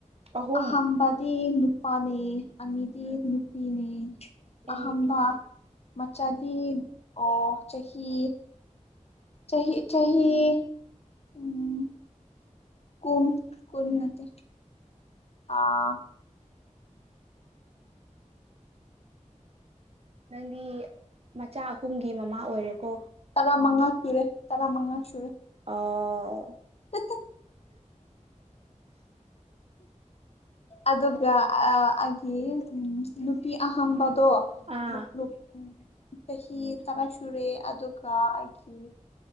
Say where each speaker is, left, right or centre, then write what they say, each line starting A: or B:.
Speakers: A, on the right (about 50°); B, on the left (about 55°).
A: ꯑꯍꯨꯝ
B: ꯑꯍꯝꯕꯗꯤ ꯅꯨꯄꯥꯅꯦ ꯑꯅꯤꯗꯤ ꯅꯨꯄꯤꯅꯦ
A: ꯑꯩ
B: ꯑꯍꯝꯕ ꯃꯆꯥꯗꯤ ꯑꯣ ꯆꯍꯤ ꯆꯍꯤ ꯆꯍꯤ ꯎꯝ ꯀꯨꯟ ꯀꯨꯟ ꯅꯠꯇꯦ ꯑꯥ
A: ꯅꯪꯗꯤ ꯃꯆꯥ ꯑꯍꯨꯝꯒꯤ ꯃꯃꯥ ꯑꯣꯏꯔꯦꯀꯣ
B: ꯇꯔꯥ ꯃꯉꯥ ꯁꯨꯔꯦ ꯇꯔꯥ ꯃꯉꯥ ꯁꯨꯔꯦ
A: ꯑꯣ
B: <unintelligible> ꯑꯗꯨꯒ ꯑꯥ ꯑꯩꯒꯤ ꯎꯝ ꯅꯨꯄꯤ ꯑꯍꯝꯕꯗꯣ <unintelligible>
A: ꯑꯥ
B: ꯆꯍꯤ ꯇꯔꯥ ꯁꯨꯔꯦ ꯑꯗꯨꯒ ꯑꯩꯒꯤ